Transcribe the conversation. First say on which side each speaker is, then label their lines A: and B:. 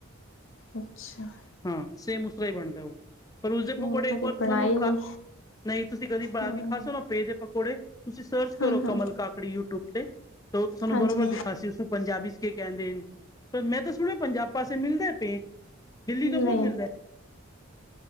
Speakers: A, on the left; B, on the left.
A: ਅੱਛਾ।
B: ਹਾਂ ਸੇਮ ਉਸਤਰਾ ਹੀ ਬਣਦਾ ਉਹ, ਪਰ ਉਸਦੇ
A: ਨਹੀਂ
B: ਪਕੌੜੇ
A: ਕਦੇ
B: ਇੱਕ ਵਾਰ
A: ਬਣਾਏ
B: ਸਾਨੂੰ
A: ਨਹੀਂ
B: ਖਾ ਨਹੀਂ ਤੁਸੀਂ ਕਦੀ ਬਣਾ
A: ਹੂੰ
B: ਕੇ ਖਾ ਸਕੋ ਨਾ ਪੇ ਦੇ ਪਕੌੜੇ, ਤੁਸੀਂ ਸਰਚ
A: ਹੂੰ-ਹੂੰ,
B: ਕਰੋ। ਕਮਲ ਕਾਕੜੀ ਯੂਟਿਊਬ ਤੇ ਤੁਾਨੂੰ
A: ਹਾਂਜੀ
B: ਬਰੋਬਰ ਦਿਖਾ ਸੀ ਪੰਜਾਬੀ ਕੇ ਕਹਿੰਦੇ। ਪਰ ਮੈਂ ਤਾਂ ਸੁਣਿਆ ਪੰਜਾਬ ਪਾਸੇ ਮਿਲਦਾ ਪੇ। ਦਿੱਲੀ ਤੋਂ ਬਹੁਤ
A: ਨਹੀਂ
B: ਮਿਲਦਾ।